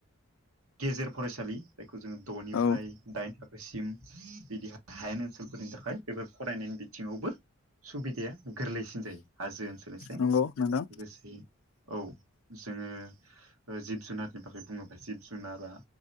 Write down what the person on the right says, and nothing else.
गेजेर फरायसालि बे खौ जोङो द'निफ्राय
दाइन थाखोसिम बिदिाय हायेन ओनसोलफोरनि थाखाय बेफोर फरायनायनि बिथिङावबो सुबिदाया गोरलैसिन जायो हाजो ओनसोलनि साय!
लोगोसे औ जोङो जिब जुनारनि बागै बुङोब्ला जिब जुनार